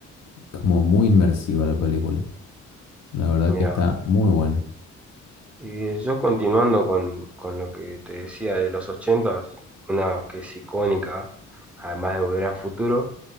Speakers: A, on the left; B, in the centre.
A: como muy inmersiva la película. La verdad
B: Mira,
A: que está muy buena.
B: y yo continuando con, con lo que te decía de los 80, una que es icónica, además de Volver al Futuro.